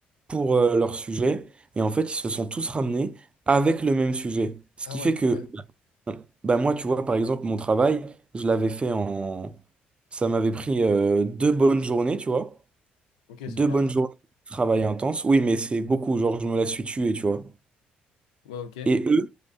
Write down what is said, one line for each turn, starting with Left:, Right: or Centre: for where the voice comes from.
Right: pour euh, leur sujet. Et en fait, ils se sont tous ramenés avec le même sujet. Ce
Left: Ah
Right: qui
Left: ouais,
Right: fait que,
Left: putain.
Right: bah, moi, tu vois, par exemple, mon travail, je l'avais fait en... Ça m'avait pris euh, deux bonnes journées, tu vois.
Left: Ok,
Right: Deux
Left: ça va.
Right: bonnes journées de travail intense. Oui, mais c'est beaucoup. Genre, je me la suis tué, tu vois.
Left: Ouais, ok.
Right: Et eux,